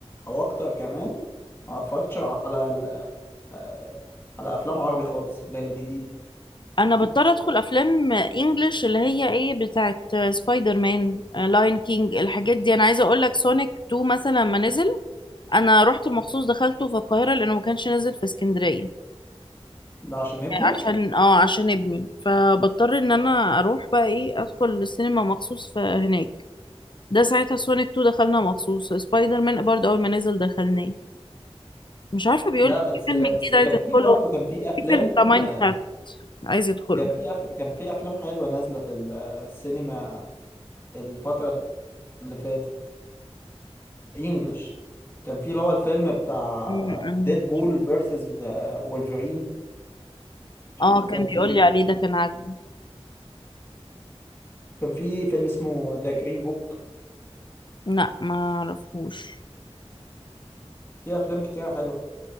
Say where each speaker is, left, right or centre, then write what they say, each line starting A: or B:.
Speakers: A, on the left; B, on the left.
A: او اكتر كمان ما اتفرجتش على ال- آه، على افلام عربي خالص اللي هي الجديده
B: أنا بضطر أدخل أفلام إنجلش اللي هي إيه بتاعت سبايدر مان لاين كينج الحاجات دي أنا عايزة أقولك سونيك 2 مثلا لما نزل انا رحت مخصوص دخلته في القاهره لانه ما كانش نازل في اسكندريه
A: ده عشان ابنك
B: عشان اه عشان ابني فبضطر ان انا اروح بقى ايه ادخل السينما مخصوص في هناك ده ساعتها سونيك 2 دخلنا مخصوص سبايدر مان برضه اول ما نزل دخلناه مش عارفه بيقول
A: لا
B: لي
A: بس
B: في فيلم
A: بس
B: جديد عايز
A: كان
B: ادخله
A: في برضه كان في افلام
B: في فيلم بتاع ماينكرافت
A: آه،
B: عايز ادخله
A: كان في أف... كان في افلام حلوه نازله في ال- آه، السينما الفتره اللي فاتت انجلش كان في اللي هو الفيلم بتاع
B: م- م-
A: ديد بول فيرسز وولفرين
B: اه
A: وكان
B: كان بيقول
A: في ايه
B: لي عليه ده كان عاجبه
A: كان في فيلم اسمه ذا جرين بوك
B: لا ما اعرفوش
A: في افلام كتير حلوه